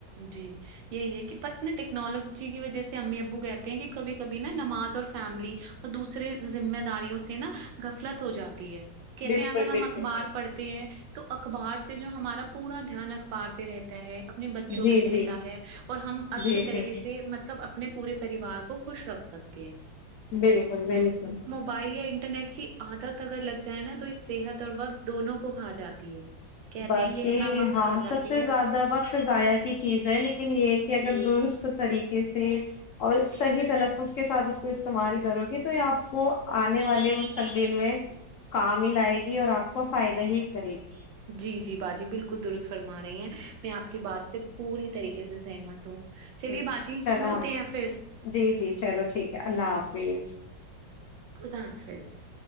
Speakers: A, on the right; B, on the left.
A: جی یہی ہے کہ بٹ نا ٹیکنالوجی کی وجہ سے امی ابو کہتے ہیں کہ کبھی کبھی نا نماز اور فیملی اور دوسرے ذمہ داریوں سے نا گفلت ہو جاتی ہے کہتے
B: بالکل
A: ہیں اگر ہم
B: بالکل
A: اخبار
B: بالکل
A: پڑھتے ہیں تو اخبار سے جو ہمارا پورا دھیان اخبار پہ رہتا ہے اپنے با بوں
B: جی
A: پہ رہتا
B: جی
A: ہے اور ہم اچھے
B: جی
A: طریقے
B: جی
A: سے سے مطلب اپنے پورے پریوار کو خوش رکھ سکتے ہیں
B: بالکل بالکل
A: فائل یا انٹرنیٹ کی عادت اگر لگ جائے نا تو اس صحت اور وقت دونوں کو کھا جاتی ہے کہتے
B: بس
A: ہیں یہ اتنا
B: یہی
A: وقت
B: ہاں
A: کھا جاتی
B: سب سے
A: ہے
B: زیادہ وقت ضائع کی چیز ہے لیکن یہ کہ اگر درست طریقے سے اور صحیح تلفظ کے ساتھ اس کو استعمال کرو گے تو یہ آپ کو آنے والے مستقبل میں کام ہی لائے گی اور آپ کو فائدہ ہی کرے گی
A: جی جی باجی بالکل درست فرما رہی ہیں میں آپ کی بات سے پوری طریقے سے سہمت ہوں چلیے
B: جی
A: باجی
B: چلو
A: ملتے
B: ماش
A: ہیں پھر،
B: جی جی چلو ٹھیک ہے اللہ
A: جی،
B: حافظ
A: خدا حافظ